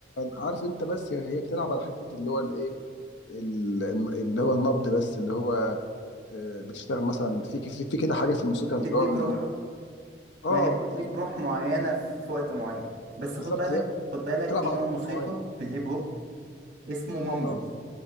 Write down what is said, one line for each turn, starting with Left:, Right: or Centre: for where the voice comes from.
Left: عارف انت بس هي هي بتلعب على حته اللي هو الايه ال- اللي هو النبض بس اللي هو آه، بتشتغل مثلا في في, في كده حاجه في الموسيقى
Right: بتديك
Left: اللي هو ال-
Right: روح
Left: اه
Right: ما هي بتديك
Left: يعني
Right: روح معينة في في وقت معين بس
Left: بالظبط
Right: خد بالك
Left: هي
Right: خد بالك
Left: بتلعب
Right: في
Left: على
Right: نوع
Left: تردد
Right: موسيقى
Left: معين
Right: في الهيب هوب اسمه مامبل
Left: اه